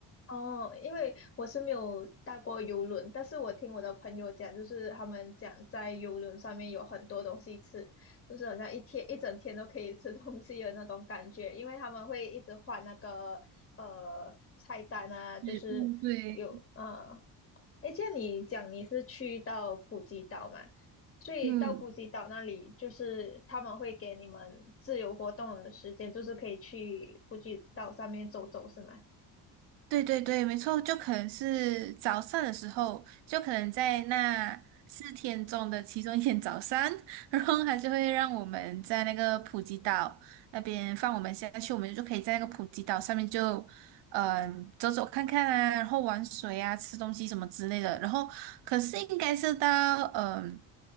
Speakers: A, on the left; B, on the right.
A: 哦，因为我是没有搭过游轮，但是我听我的朋友讲，就是他们讲在游轮上面有很多东西吃，就是好像一天一整天都可以吃东西的那种感觉，因为他们会一直换那个呃菜单啊，就是有啊。
B: 食物，对，
A: 呃诶，这样你讲你是去到普吉岛嘛？所以到普吉岛那里，
B: 嗯。
A: 就是他们会给你们自由活动的时间，就是可以去普吉岛上面走走，是吗？
B: 对对对，没错，就可能是早上的时候，就可能在那四天中的其中一天早上，<laughs> 然后他就会让我们在那个普吉岛那边放我们下去，我们就可以在那个普吉岛上面就，嗯、走走看看啊，然后玩水啊，吃东西什么之类的。然后可是应该是到嗯、